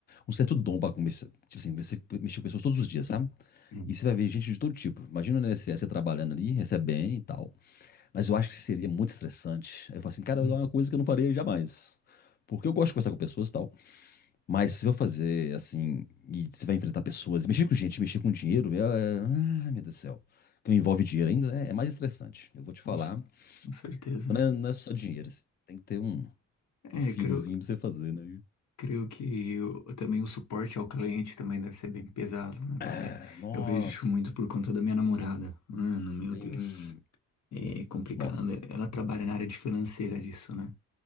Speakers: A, on the left; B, on the left.
A: um certo dom para começar. Tipo assim, você mexer com pessoas todos os dias, sabe?
B: Hum.
A: E você vai ver gente de todo tipo. Imagina no INSS você trabalhando ali, recebe bem e tal. Mas eu acho que seria muito estressante. Aí eu falo assim, cara,
B: Hum.
A: é uma coisa que eu não faria jamais. Porque eu gosto de conversar com pessoas e tal. Mas se eu fazer assim, e você vai enfrentar pessoas, mexer com gente, mexer com dinheiro, é. é- Ai, meu Deus do céu. Que envolve dinheiro ainda, né? É mais estressante. Eu vou te falar.
B: Com, ce- com certeza.
A: Não é, não é só dinheiro, assim. Tem que ter um,
B: É,
A: um feelingzinho
B: eu creio,
A: pra você fazer, né? E,
B: creio que o- também o suporte ao cliente também deve ser bem pesado, né? Porque
A: ah, nossa,
B: eu vejo muito por conta da minha namorada. Mano, meu
A: tem.
B: Deus. É complicado.
A: Nossa.
B: Ela trabalha na área de financeira disso, né?